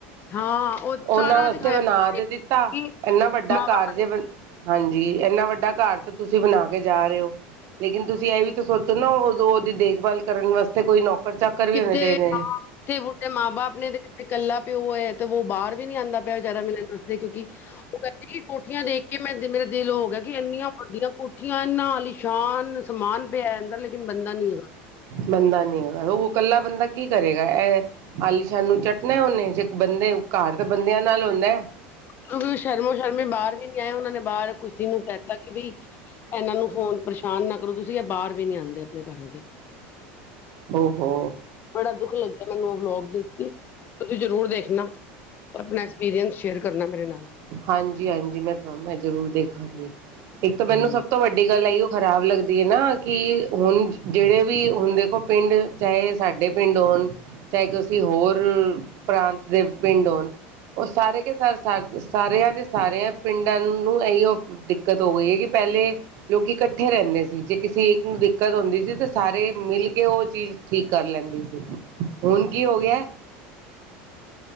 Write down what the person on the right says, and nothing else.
ਉਹਨਾਂ
ਵਾਸਤੇ
ਬਣਾ
ਤੇ ਦਿੱਤਾ
ਇਨ੍ਹਾਂ ਵੱਡਾ
ਘਰ।
ਹਾਂਜੀ ਇੰਨਾ ਵੱਡਾ ਘਰ ਤਾਂ ਤੁਸੀਂ ਬਣਾ ਕੇ ਜਾ ਰਹੇ ਹੋ। ਲੇਕਿਨ ਤੁਸੀਂ ਇਹ ਵੀ ਤਾਂ ਸੋਚੋ ਨਾ ਉਦੋਂ ਉਹਦੀ ਦੇਖਭਾਲ ਕਰਨ ਵਾਸਤੇ ਕੋਈ। ਚਾਕਰ ਵੀ
ਹੋਣੇ ਚਾਹੀਦੇ ਨੇ
ਬੰਦਾ ਨੀ ਹੈਗਾ ਉਹ ਇਕੱਲਾ ਬੰਦਾ ਕੀ ਕਰੇਗਾ ਇਹ ਆਲੀਿਸ਼ਾਨ ਨੂੰ। ਮੈਂ ਉਹਨੇ 'ਚ ਬੰਦੇ ਘਰ ਤਾਂ ਬੰਦਿਆਂ ਨਾਲ ਹੁੰਦਾ ਹੈ।
ਹੋ ਹੋ,
ਹਾਂਜੀ-ਹਾਂਜੀ, ਮੈਂ ਤਾ ਜ਼ਰੂਰ ਦੇਖਾਂਗੀ, ਇੱਕ ਤਾਂ ਮੈਨੂੰ
ਸਭ ਤੋਂ ਵੱਡੀ ਗੱਲ ਆਈਓ। ਖ਼ਰਾਬ ਲੱਗਦੀ ਹੈ, ਨਾ ਕਿ ਹੁਣ ਜਿਹੜੇ ਵੀ ਹੁਣ ਦੇਖੋ ਪਿੰਡ ਚਾਹੇ ਸਾਡੇ ਪਿੰਡ ਹੋਣ ਚਾਹੇ ਤੁਸੀਂ ਹੋਰ ਪ੍ਰਾਂਤ ਦੇ ਪਿੰਡ ਹੋਣ, ਉਹ ਸਾਰੇ ਕਿ ਸਰ ਸਾਰਿਆਂ ਦੇ ਸਾਰਿਆਂ ਪਿੰਡਾਂ ਨੂੰ ਇਹੀਓ ਦਿੱਕਤ ਹੋ ਗਈ ਹੈ, ਕਿ ਪਹਿਲੇ ਜੋ ਕਿ ਇਕੱਠੇ ਰਹਿੰਦੇ ਸੀ ਜੇ ਕਿਸੇ ਇੱਕ ਨੂੰ ਦਿੱਕਤ ਹੁੰਦੀ ਸੀ ਤੇ ਸਾਰੇ ਮਿਲ ਕੇ ਉਹ ਚੀਜ਼। ਠੀਕ ਕਰ ਲੈਂਦੀ ਸੀ, ਹੁਣ ਕੀ ਹੋ ਗਿਆ।